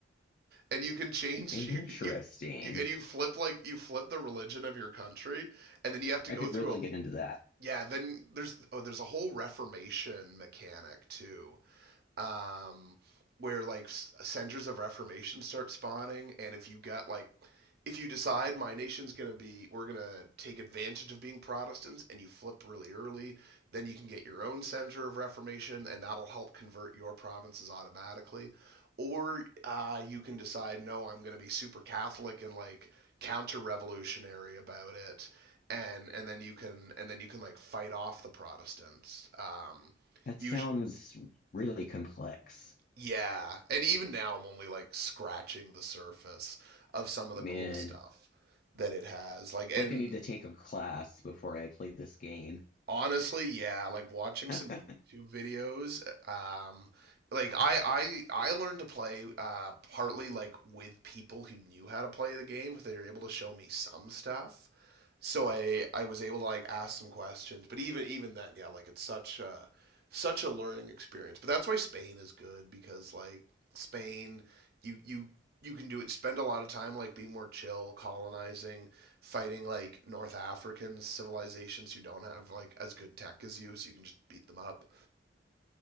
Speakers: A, on the right; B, on the left.
A: And you can change
B: Interesting.
A: <laughs> you you you and you flip like you flip the religion of your country, and then you have to
B: I
A: go
B: could
A: through
B: really
A: a
B: get into that.
A: yeah. Then there's oh there's a whole Reformation mechanic too, um, where like centers of reformation start spawning, and if you got like, if you decide my nation's gonna be, we're gonna take advantage of being Protestants, and you flip really early, then you can get your own center of reformation, and that'll help convert your provinces automatically. Or uh, you can decide, no, I'm going to be super Catholic and like counter-revolutionary about it, and and then you can and then you can like fight off the Protestants. Um,
B: That
A: us-
B: sounds really complex.
A: yeah, and even now I'm only like scratching the surface of some of the
B: Man,
A: cool stuff that it has. Like, and
B: like I need to take a class before I play this game.
A: Honestly, yeah, like watching
B: <laughs>
A: some YouTube videos, um, like I I I learned to play uh partly like with people who knew how to play the game if they were able to show me some stuff. So I I was able to like ask some questions, but even even then, yeah, like it's such a such a learning experience. But that's why Spain is good because like Spain, you you you can do it. Spend a lot of time like being more chill, colonizing, fighting like North African civilizations who don't have like as good tech as you, so you can just beat them up.